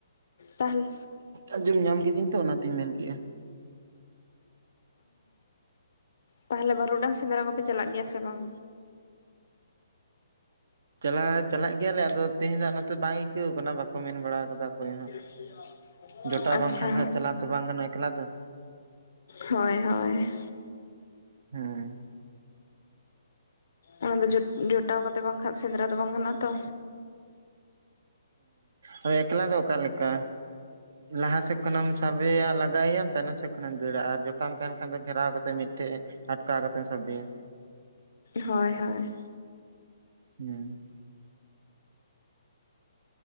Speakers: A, on the left; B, on the right.
A: ᱛᱟᱦᱚᱞᱮ
B: ᱟᱸᱡᱚᱢ ᱧᱟᱢ ᱠᱤᱫᱤᱹᱧ ᱛᱚ ᱚᱱᱟᱛᱤᱧ ᱢᱮᱱ ᱠᱮᱜ-ᱟ
A: ᱛᱟᱦᱚᱞᱮ ᱵᱟᱹᱨᱩᱰᱟᱝ ᱥᱮᱸᱫᱽᱨᱟ ᱠᱚᱯᱮ ᱪᱟᱞᱟᱜ ᱜᱮᱭᱟ ᱥᱮ ᱵᱟᱝ
B: ᱪᱟᱞᱟᱜ ᱪᱟᱞᱟᱜ ᱜᱮᱭᱟ ᱞᱮ ᱟᱫᱚ ᱛᱤᱦᱤᱧ ᱫᱚ ᱱᱚᱛᱮ ᱵᱟᱝ ᱟᱹᱭᱠᱟᱹᱣ ᱠᱟᱱᱟ ᱵᱟᱠᱚ ᱢᱮᱱ ᱵᱟᱲᱟ ᱟᱠᱟᱫᱟ ᱚᱠᱚᱭ ᱦᱚᱸ
A: <unintelligible>
B: ᱡᱚᱴᱟᱣ
A: ᱟᱪᱪᱷᱟ
B: ᱵᱟᱝ ᱠᱷᱟᱱ ᱫᱚ ᱦᱟᱸᱜ ᱪᱟᱞᱟᱣ ᱛᱚ ᱵᱟᱝ ᱜᱟᱱᱚᱜᱼ ᱟ ᱮᱠᱞᱟ ᱫᱚ
A: ᱦᱳᱭ ᱦᱳᱭ
B: ᱦᱩᱸ
A: ᱚᱱᱟ ᱫᱚ ᱡᱚᱴᱟᱣ ᱠᱟᱛᱮᱫ ᱵᱟᱝ ᱠᱷᱟᱱ ᱥᱮᱸᱫᱽᱨᱟ ᱫᱚ ᱵᱟᱝ ᱜᱟᱱᱚᱜ ᱼᱟ ᱛᱚ
B: ᱦᱩᱸ ᱮᱠᱞᱟ ᱫᱚ ᱚᱠᱟ ᱞᱮᱠᱟ ᱞᱟᱦᱟ ᱥᱮᱫ ᱠᱷᱚᱱᱮᱢ ᱥᱟᱵᱮᱭᱟ ᱞᱟᱜᱟᱭᱮᱟᱢ ᱛᱟᱭᱱᱚᱢ ᱥᱮᱫ ᱠᱷᱚᱱᱮᱢ ᱫᱟᱹᱲᱟ ᱟᱨ ᱡᱚᱴᱟᱢ ᱛᱟᱦᱮᱱ ᱠᱷᱟᱱ ᱜᱷᱮᱨᱟᱣ ᱠᱟᱛᱮ ᱢᱤᱫ ᱴᱷᱮᱡᱼᱼ ᱟᱴᱠᱟᱣ ᱠᱟᱛᱮᱢ ᱥᱟᱵᱮᱭᱟ
A: ᱦᱳᱭ ᱦᱳᱭ
B: ᱦᱮᱸ